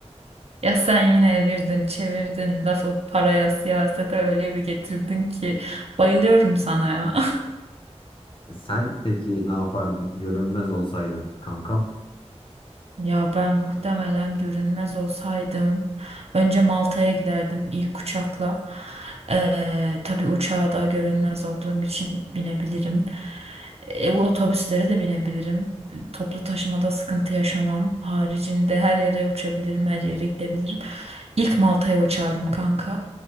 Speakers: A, on the right (about 60°); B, on the left (about 50°).
A: Ya sen yine evirdin, çevirdin, lafı paraya, siyasete öyle bir getirdin ki bayılıyorum sana ya. <laughs>
B: E, Sen peki ne yapardın görünmez olsaydın kankam?
A: Ya ben muhtemelen görünmez olsaydım önce Malta'ya giderdim ilk uçakla. Ee, tabii uçağa da görünmez olduğum için binebilirim. E, otobüslere de binebilirim. Toplu taşımada sıkıntı yaşamam. Haricinde her yere uçabilirim, her yere gidebilirim. İlk Malta'ya uçardım kanka.